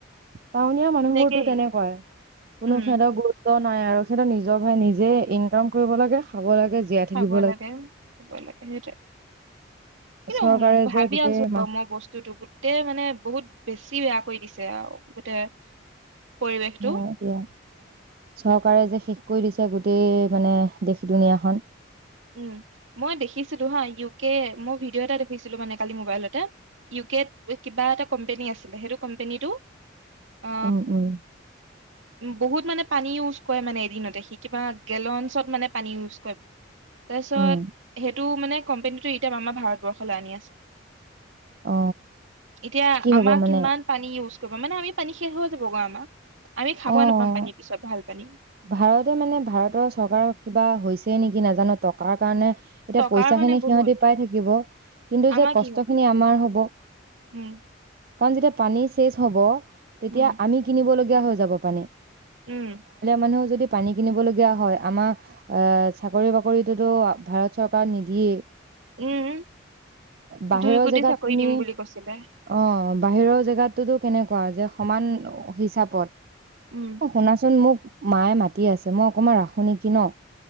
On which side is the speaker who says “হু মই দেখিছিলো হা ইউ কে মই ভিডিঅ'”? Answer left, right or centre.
Right